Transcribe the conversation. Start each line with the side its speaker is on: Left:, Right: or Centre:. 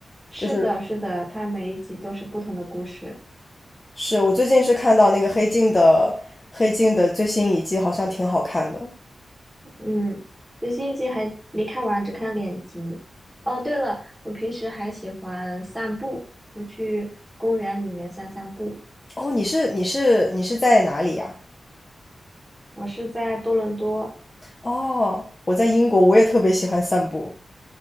Centre: 是的，
Left: 就是
Centre: 是的，它每一集都是不同的故事。
Left: 是我最近是看到那个《黑镜》的《黑镜》的最新一季，好像挺好看的。
Centre: 嗯，最新一集还没看完，只看两集。哦，对了，我平时还喜欢散步，我去公园里面散散步。
Left: 哦，你是你是你是在哪里呀？
Centre: 我是在多伦多，
Left: 哦，我在英国，我也特别喜欢散步。